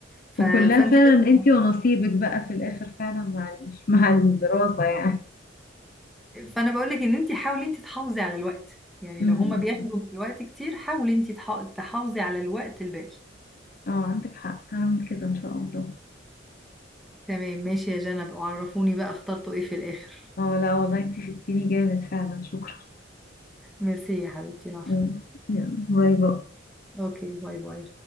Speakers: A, in the centre; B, on the left (about 50°).
A: ف...
B: وكلها
A: فانت
B: فعلا
A: لازم
B: انتي ونصيبك بقى في الاخر فعلا مع ال- <laughs> مع الدراسة يعني
A: فانا بقول لك ان انت حاولي انت تحافظي على الوقت يعني
B: امم
A: لو هما بياخدوا من الوقت كتير حاولي انت تح- تحافظي على الوقت الباقي
B: اه عندك حق هعمل كده ان شاء الله
A: تمام ماشي يا جنب وعرفوني بقى اخترتوا ايه في الاخر
B: اه لا والله انتي شدتيني جامد فعلا شكرا
A: ميرسي يا حبيبتي العفو
B: مم. يلا باي باي
A: اوكي باي باي